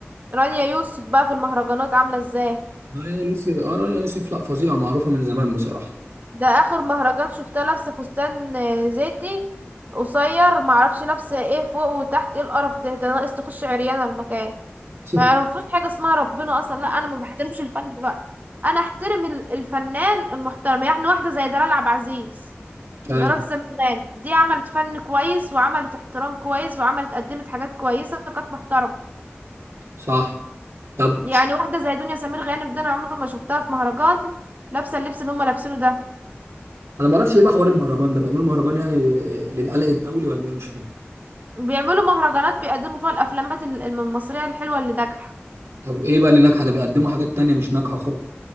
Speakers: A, on the right; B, on the right.
A: رانيا يوسف بقى في المهرجانات عامله ازاي
B: آه يا يوسف اه رانيا يوسف لا فظيعه معروفه من زمان بصراحه
A: ده اخر مهرجان شفتها لابسه فستان آه، زيتي قصير معرفش لابسه ايه فوق وتحت ايه القرف ده ده ناقص تخش عريانه المكان
B: <laughs>
A: ما يعرفوش حاجه اسمها ربنا اصلا لا انا ما بحترمش الفن دلوقتي انا احترم ال- الفنان المحترم يعني واحده زي دلال عبد العزيز
B: فعلا
A: ميراث سمران دي عملت فن كويس وعملت احترام كويس وعملت قدمت حاجات كويسه كانت محترمه
B: صح طب
A: يعني واحده زي دنيا سمير غانم ده انا عمري ما شفتها في مهرجان لابسه اللبس اللي هم لابسينه ده
B: انا ما اعرفش ايه بقى حوار المهرجان ده بيعملوا مهرجان يعني للقلق الدولي ولا ايه مش فاهم
A: بيعملوا مهرجانات بيقدموا فيها الافلامات ال- الم- المصريه الحلوه اللي ناجحه
B: طب ايه بقى اللي ناجحه ده بيقدموا حاجات تانية مش ناجحه خالص